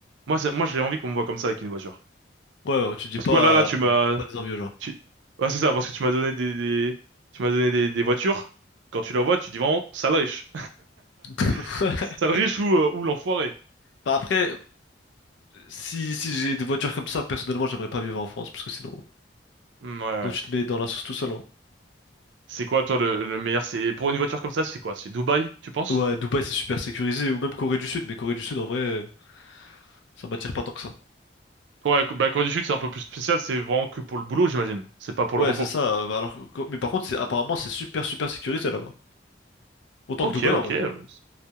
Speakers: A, on the right; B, on the left.
A: Moi, c'est- moi, j'ai envie qu'on me voit comme ça avec une voiture.
B: Ouais, ouais, tu dis
A: Parce
B: pas.
A: que voilà, là, tu m'as,
B: Pas des envieux, genre.
A: tu... ouais, c'est ça, parce que tu m'as donné des, des- tu m'as donné des, des voitures. Quand tu la vois, tu dis vraiment, sale riche.
B: <laughs>
A: <laughs> Sale riche ou, euh, ou l'enfoiré.
B: Bah après, si, si j'ai des voitures comme ça, personnellement, j'aimerais pas vivre en France, parce que sinon,
A: Mm, Ouais, ouais.
B: donc tu te mets dans la sauce tout seul. hein.
A: C'est quoi, toi, le, le meilleur? C'est pour une voiture comme ça, c'est quoi? C'est Dubaï, tu penses?
B: Ouais, Dubaï, c'est super sécurisé, ou même Corée du Sud, mais Corée du Sud, en vrai. Ça m'attire pas tant que ça.
A: Toi, la- bah, la Corée du Sud, c'est un peu plus spécial. C'est vraiment que pour le boulot, j'imagine. C'est pas pour
B: Ouais,
A: le repos.
B: c'est ça. euh, Alors, que- mais par contre, c'est apparemment c'est super super sécurisé là-bas. Autant
A: Ok,
B: que Dubaï
A: ok.
B: en vrai.
A: euh, c'est-